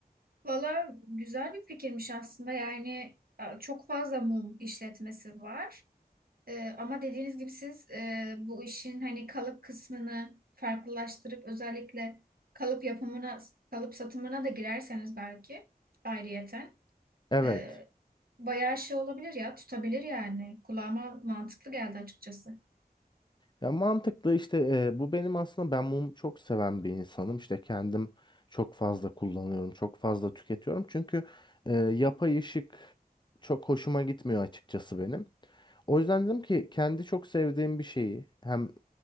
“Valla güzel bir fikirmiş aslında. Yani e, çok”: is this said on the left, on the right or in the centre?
Right